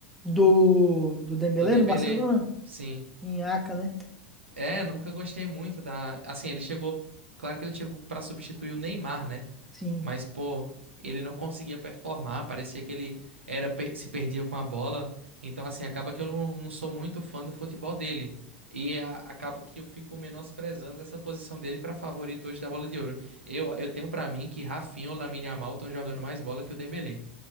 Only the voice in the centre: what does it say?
Do, do Dembélé
no Barcelona?
Em Aca, né?
Sim.